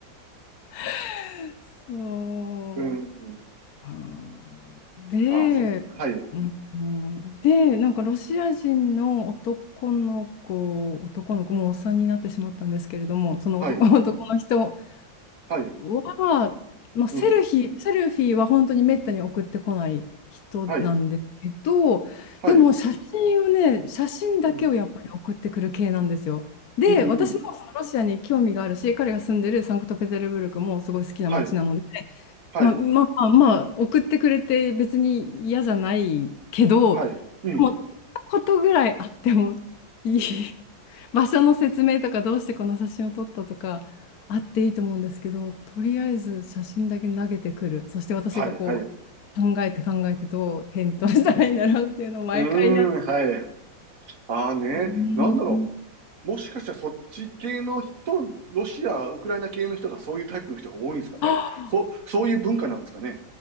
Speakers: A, on the left; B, on the right.
A: <laughs> そう。
B: うん。
A: あで、
B: あ、そう。はい。
A: うん、うんで、なんかロシア人の男の子、男の子、もうおっさんになってしまったんですけれども、その男、
B: はい。
A: <laughs> 男の人
B: はい。
A: は、まあ、セルヒ、
B: うん。
A: セルフィーは本当にめったに送ってこない人なんですけど、
B: はい。はい。
A: でも写真をね、写真だけをやっぱり送ってくる系なんですよ。
B: うん。
A: で、
B: うん。
A: 私もそのロシアに興味があるし、
B: うん。
A: 彼が住んでるサンクトペテルブルクもすごい好きな街なので、
B: はい。はい。
A: まあ、まあ、まあ、送ってくれて別に嫌じゃないけど、
B: はい。
A: で
B: うん。
A: も、ことぐらいあってもいい。<laughs> 場所の説明とか、どうしてこの写真を撮ったとか、あっていいと思うんですけど、とりあえず写真だけ投げてくる。そして私がこう、
B: はい。はい。う
A: 考えて考えてどう返答したらいいんだろうっていうのを毎回やって。
B: ーん。はい。ああね。
A: うん
B: なんだろう。もしかしたらそっち系の人、ロシア、ウクライナ系の人がそういうタイプの人が多いんですかね。
A: <gasps>
B: そう、そういう文化なんですかね。